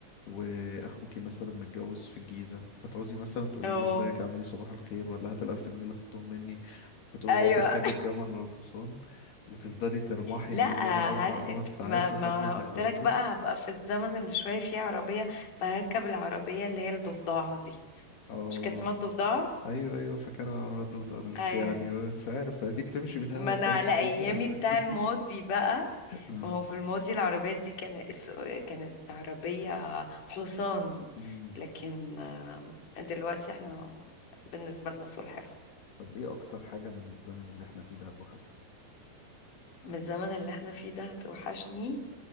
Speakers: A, on the left (about 75°); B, on the left (about 55°).
A: وأخوكي مثلا متجوز في الجيزة فتعوزي مثلا تقولي
B: اه
A: له ازيك عامل ايه صباح الخير ولا هات الألف جنيه اللي خدتهم مني فتقومي
B: ايوه
A: بقى تركبي الجمل ولا الحصان وتفضلي ترمحي
B: لا
A: بيه بقى أربع
B: هر...
A: خمس ساعات
B: ما ما
A: لحد ما توصلي
B: قلت لك
A: له
B: بقى هبقى في الزمن اللي شويه فيه عربيه فهركب العربيه اللي هي الضفدعه دي
A: اه
B: مش كانت اسمها الضفدعه
A: ايوه ايوه فاكرها على الدودار بس
B: ايوه
A: يعني مش عارف دي بتمشي من هنا
B: ما
A: للقاهرة
B: انا على
A: الجيزة
B: ايامي بتاع
A: <laughs>
B: الماضي بقى
A: اه
B: ما هو في الماضي العربيات دي كانت كانت عربية حصان
A: مم.
B: لكن آم، دلوقتي احنا بالنسبة لنا سلحفاة
A: طب ايه اكتر حاجة من الزمن اللي احنا فيه ده هتوحشك؟
B: من الزمن اللي احنا فيه ده توحشني